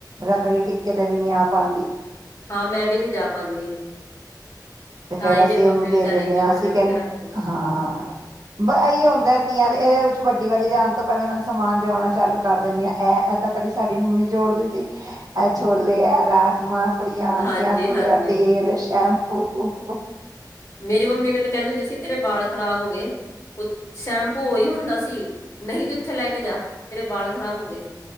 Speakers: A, on the right; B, on the left.
A: ਰੱਖੜੀ ਟਿੱਕੇ ਤਾਂ ਵੀ ਨੀ ਆ ਪਾਉਂਦੀ।
B: ਹਾਂ ਮੈਂ ਵੀ ਨਹੀਂ ਜਾ ਪਾਉਂਦੀ।
A: ਤੇ
B: ਤਾਂ
A: ਫੇਰ
B: ਹੀ
A: ਅਸੀਂ
B: ਮੇਰੀ ਮੰਮੀ
A: ਉਹਨੂੰ
B: ਵਿਚਾਰੀ
A: ਦੇ ਦਿੰਦੇ
B: ਜੋੜ
A: ਆਂ। ਅਸੀਂ
B: ਜੋੜ
A: ਕੇਣ
B: ਕੇ ਰੱਖਦੀ ਸੀ
A: ਹਾਂ- ਬ ਏਈਓ ਹੁੰਦਾ ਤੀਆਂ ਦੇ ਇਹਦੇ ਵਿੱਚ ਵੱਡੀ ਵਾਲੀ ਆਣ ਤੋਂ ਪਹਿਲਾਂ ਮੈਨੂੰ ਸਮਾਨ ਜੋੜਨਾ ਚਾਲੂ ਕਰ ਦਿੰਦੀ ਆਂ। ਇਹ ਏਦਾ ਕਦੀ ਸਾਡੀ ਮੰਮੀ ਜੋੜਦੀ ਸੀ। ਐ ਛੋਲੇ -ਐ ਰਾ- ਜਮਾ ਕੁੜੀਆਂ ਆਣਗੀਆਂ।
B: ਹਾਂਜੀ
A: ਕੋਲੇ
B: ਹਾਂਜੀ
A: ਦਾ ਤੇਲ, ਸ਼ੈਮ <inaudible> <inaudible>
B: ਮੇਰੀ ਮੰਮੀ ਮੈਨੂੰ ਕੇਂਦੀ ਹੁੰਦੀ ਸੀ, ਤੇਰੇ ਬਾਲ ਖਰਾਬ ਹੋ ਗਏ। ਪ ਸ਼ੈਂਪੂ ਉਹੀ ਹੁੰਦਾ ਸੀ ਨਹੀਂ ਤੇ ਇੱਥੋ ਲੈ ਕੇ ਜਾ ਤੇਰੇ ਬਾਲ ਖ਼ਰਾਬ ਹੋ ਗਏ।